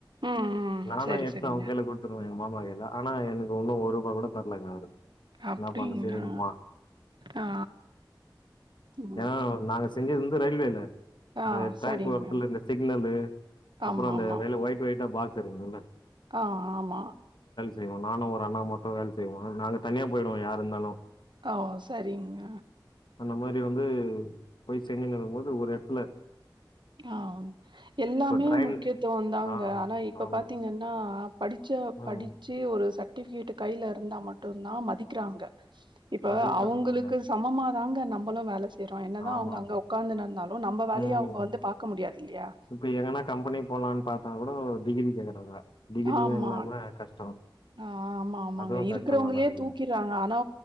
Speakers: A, on the right; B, on the left.
A: ம் ம்
B: நானு
A: சரி
B: எடுத்து
A: சரிங்க.
B: அவன் கைல குடுத்துருவே எங்க மாமா கையில ஆனா எனக்கு இன்னு ஒரு ரூபா கூட <unintelligible>
A: அப்புடிங்களா
B: என்னா பண்றது சரிம்மா
A: ஆ ம்
B: யா நாங்க செஞ்சது வந்து ரயில்வேல
A: ஆ
B: இந்த டிராக்
A: சரிங்க.
B: ஓரத்துல இந்த சிக்னலு அப்பறோ
A: ஆமாமா.
B: அந்த வேல ஒயிட் ஒயிட்டா பாக்ஸ் செரி உங்களா
A: ஆ ஆமா
B: செய்வோ நானு ஒரு அண்ணா மட்டு வேல செய்வோ நாங்க தனியா போயிடுவோ யாரு இருந்தாலு
A: ஆ ஓ சரிங்க
B: அந்த மாரி வந்து போய் செஞ்சின்ருக்கு போது ஒரு எடத்ல
A: ஆ எல்லாமே
B: ட்ரெயின்
A: முக்கியத்துவந்தாங்க
B: ஆ
A: ஆனா இப்ப
B: ஆமா
A: பாத்தீங்கன்னா படிச்ச
B: ம்
A: படிச்சே ஒரு சட் சர்ட்டிபிகேட் கையில இருந்தா மட்டுந்தா மதிக்கிறாங்க இப்ப
B: அதுவு
A: அவுங்களுக்கு
B: கரெக்ட்டு தாங்க
A: சமமா தாங்க நா நம்பளு வேல செய்றோம் என்னதா
B: ஆமா
A: அவுங்க
B: ஆமா
A: அங்க உக்காந்துன்னு இருந்தாலும் நம்ப வேலைய
B: ம்
A: அவுங்க வந்து பாக்க முடியாது இல்லையா
B: இப்ப எங்கன்னா கம்பெனி போலான்னு பாத்தாகூ இப்போ டிகிரி கேக்குறாங்க டிகிரியு
A: ஆமா
B: இல்லாம கஷ்டோ
A: ஆ ஆமா ஆமாங்க
B: அதுவு
A: இருக்கிறவங்களையே
B: கஷ்டமாதா இருக்கு
A: தூக்கிறாங்க ஆனா